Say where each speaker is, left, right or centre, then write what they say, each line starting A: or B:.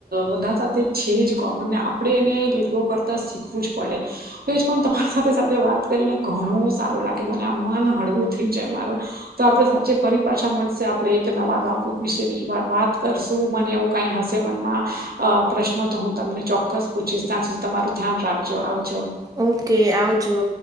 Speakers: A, on the right; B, on the right.
A: બધા સાથે છે જ કોમન ને આપણે એને લેટગો કરતાં શીખવું જ પડે. <unintelligible> તમારી સાથે-સાથે વાત કરીને ઘણું સારું લાગે મને, આમ મન હળવું થઈ જાય મારું. તો આપણે સાચે ફરી પાછા મળશે, આપણે એક નવા ટોપિક વિશે વાત કરશું મને એવું. કઈ હશે મનમાં અ પ્રશ્નો તો હું તમને ચોક્કસ પૂછીશ ત્યાં સુધી તમારું ધ્યાન રાખજો, આવ જો.
B: ઓ કે આવજો.